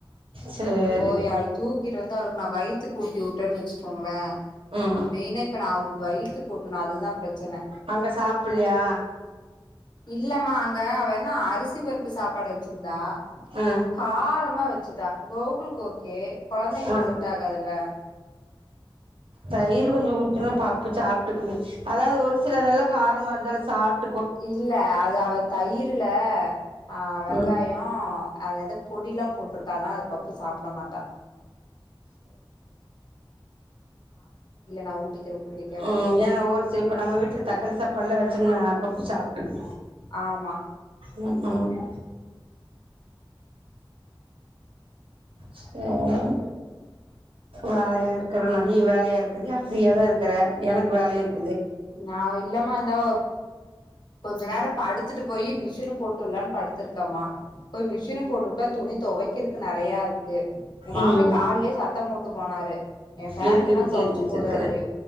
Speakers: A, on the right; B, on the left.
A: சேரி
B: போய் அவள் தூக்கிட்டு வந்து அவளுக்கு நான் வயித்துக்கு உட்டி விட்டேன்னு வச்சுக்கோங்களேன்
A: ம்
B: மெயினா இப்ப நான் அவளுக்கு வயித்துக் கூட்டும் அதுதான் பிரச்சனை
A: அங்க சாப்பலையா
B: இல்லமா அங்கு அவ என்னா அரிசி பருப்பு சாப்பாடு வச்சிருந்தா
A: ஆ
B: காரமா வச்சிரு கோகுலுக்கு ஓகே குழந்தைங்களுக்கு
A: ஆ
B: செட் ஆகாதுல்ல
A: தயிர் கொஞ்சம் ஊட்டன்னா பப்பு சாப்பிட்டுக்குமே அதாவது ஒரு சில இதெல்லாம் காரமாக இருந்தாலும் சாப்பி
B: இல்ல அது அவ தய்ர்ல ஆஹ் வெங்காயோ
A: ம்
B: அது ஏதோ பொடில்லாம் போட்டிருக்க பானான் அது பப்பும் சாப்பிட மாட்ட நா ஊட்டிக்கிறே புள்ளைக்கு அப்டின்ட்டே
A: உம் ஏன்னா ஒரு இப்ப நம்ம வீட்டுல தக்காளி சாப்பாடுல்லாம் வச்சோம்னா அப்பப்பு சாப்பிட்டுக்கு
B: ஆமா
A: உம் உம் சேரி வேலையா இருக்கறே நா நீ வேலையா இருக்கயை ஃப்ரீய தா இருக்கற எனக்கு வேலையா இருக்கு
B: ந இல்லமா ந்தாவ் கொஞ்ச நேர படுத்துட்டு போய் மிஷின் போட்டுலான்னு படுத்துருக்காம்மா போய் மிஷின்போட்டுட்டா துணி துவைக்கிருக்கு நிறயே இருக்கு உங்க மாப்பிள்ள
A: ம்
B: காலலே சத்தம் போட்டு போனாரு ஏ பேண்டல்லா
A: எதுக்கு இப்டி சேத்து
B: தேவாச்சி
A: வச்சிருக்கற
B: போடு அப்படி